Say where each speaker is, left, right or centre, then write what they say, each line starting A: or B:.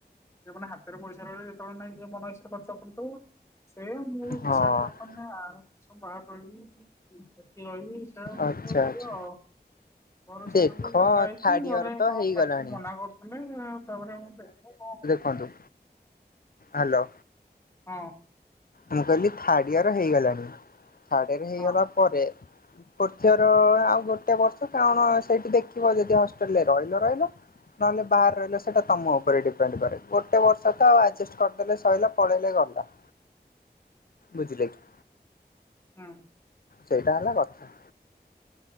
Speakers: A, on the left; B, on the left.
A: ସେ ମାନେ ହାତରେ ପଇସା ରହିଲେ ଯେତେବେଳେ ନାଇଁ ଇଏ ମନଇଛା ଖର୍ଚ୍ଚ କରି ଚାଲିବ ସେଇଆ ମୁଁ
B: ହଁ
A: ଡିସାଇଡ୍ କରିପାରୁନି। ନା ଆର ବର୍ଷ ବାହାରେ ରହିବି କି ସେଠି ରହିବି ସେଇଟା
B: ଆଚ୍ଛା
A: ଦେଖିବାକୁ ପଡ଼ିବ
B: ଆଚ୍ଛା
A: ଆଉ। ଘର ସାଙ୍ଗେ
B: ଦେଖ
A: ବି କଥା ହେଇଛି
B: ଥାର୍ଡ
A: ଘରେ
B: ଇୟର ତ
A: କଣ
B: ହେଇଗଲାଣି
A: ପାଟି ମନା କରୁଥିଲେ ତାପରେ ମୁଁ ଦେଖେ କଣ ହଉ
B: କହନ୍ତୁ ହାଲୋ।
A: ହଁ।
B: ମୁଁ କହିଲି ଥାର୍ଡ ଇୟର ହେଇଗଲାଣି ଥାର୍ଡ ଏର୍ ହେଇଗଲା
A: ହଁ
B: ପରେ ଫୋର୍ଥ ଇଅର ଆଉ ଗୋଟେ ବର୍ଷ କାଣ ସେଇଟି ଦେଖିବ ଯଦି ହଷ୍ଟେଲରେ ରହିଲ ରହିଲ ନଏଲେ ବାହାର୍ ରହିଲେ ସେଟା ତମ ଉପରେ ଡିପେଣ୍ଡ କରେ ଗୋଟେ ବର୍ଷ ତ ଆଉ ଆଡ୍‌ଜଷ୍ଟ କର୍ ଦେଲେ ସଇଲା ପଳେଇଲେ ଗଲା। ବୁଝିଲି ଆକ୍‌ଚୁ
A: ହଁ।
B: ସେଇଟା ହେଲା ଗଥା।